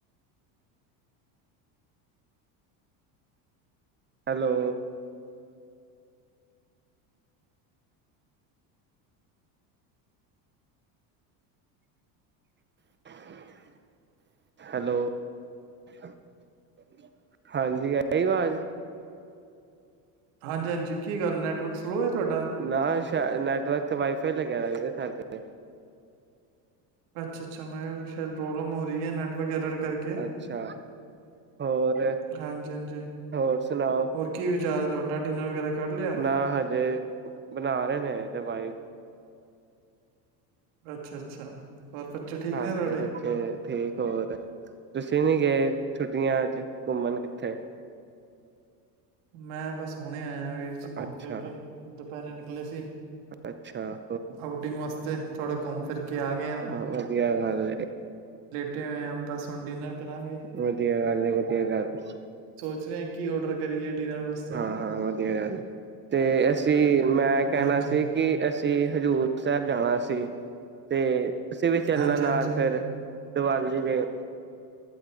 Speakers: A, on the right (about 25°); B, on the right (about 75°).
A: ਹੈਲੋ। <unintelligible> ਹੈਲੋ। <inaudible> ਹਾਂਜੀ ਆਈ ਆਵਾਜ਼।
B: ਹਾਂਜੀ-ਹਾਂਜੀ ਕੀ ਗੱਲ ਨੈਟਵਰਕ ਸਲੋ ਹੈ ਤੁਹਾਡਾ?
A: ਨਾ ਸ਼ਾ ਨੈਟਵਰਕ ਵਾਈਫਾਈ ਲੱਗਿਆ ਦਾ ਵੇ। ਹੈਗੇ ਨੇ
B: ਅੱਛਾ-ਅੱਛਾ ਮੈਂ ਕੁਛ ਪ੍ਰੋਬਲਮ ਹੋ ਰਹੀ ਹੈ ਨੈਟਵਰਕ ਐਰਰ ਕਰਕੇ
A: ਅੱਛਾ ਹੋਰ
B: ਹਾਂਜੀ-ਹਾਂਜੀ
A: ਹੋਰ ਸੁਣਾਓ
B: ਹੋਰ ਕੀ ਵਿਚਾਰ ਹੈ ਤੁਹਾਡਾ ਡਿਨਰ ਵਗੈਰਾ ਕਰ ਲਿਆ।
A: ਨਾ ਹਜੇ ਬਣਾ ਰਹੇ ਨੇ ਤੇ ਵਾਈਫ
B: ਅੱਛਾ-ਅੱਛਾ। ਹੋਰ ਬੱਚੇ ਠੀਕ
A: ਹਾਂਜੀ
B: ਨੇ ਤੁਹਾਡੇ?
A: ਬੱਚੇ ਠੀਕ ਹੋਰ ਤੁਸੀਂ ਨੀ ਗਏ ਛੁੱਟੀਆਂ ਚ ਘੁੰਮਣ ਕਿੱਥੇ।
B: ਮੈਂ ਬਸ ਹੁਣੇ ਆਏ ਆ ਵੀਰ ਜੀ ਘੁੰਮ
A: ਅੱਛਾ
B: ਫਿਰ ਕੇ ਦੁਪਹਿਰੇ ਨਿਕਲੇ ਸੀ
A: ਅੱਛਾ
B: ਆਊਟਿੰਗ ਵਾਸਤੇ। ਥੋੜਾ ਘੁੰਮ ਫਿਰ ਕੇ ਆ ਗਏ ਹਾਂ
A: ਆਹੋ ਵਧੀਆ ਗੱਲ ਐ।
B: ਟੂਟੇ ਹੋਏ ਆਂ, ਬਸ ਹੁਣ ਡਿਨਰ ਕਰਾਂਗੇ
A: ਵਧੀਆ ਗੱਲ ਹੈ, ਵਧੀਆ ਗੱਲ ਹੈ।
B: ਸਨੈਕ ਕੀ ਔਡਰ ਕਰੀਏ ਡਿਨਰ ਵਾਸਤੇ
A: ਹਾਂ
B: ਨਾ
A: ਹਾਂ ਵਧੀਆ ਏ ਤੇ ਤੀ ਮੈਂ ਕਹਿਣਾ
B: ਹਾਂਜੀ
A: ਸੀ ਕਿ ਐੱਸ ਤੇ ਹਜ਼ੂਰ ਸਾਹਿਬ ਜਾਣਾ ਸੀ ਤੇ ਅਸੀਂ ਵੀ ਚੱਲਣਾ
B: ਹਾਂਜੀ-ਹਾਂਜੀ,
A: ਨਾਲ ਫਿਰ ਦੀਵਾਲੀ ਦੇ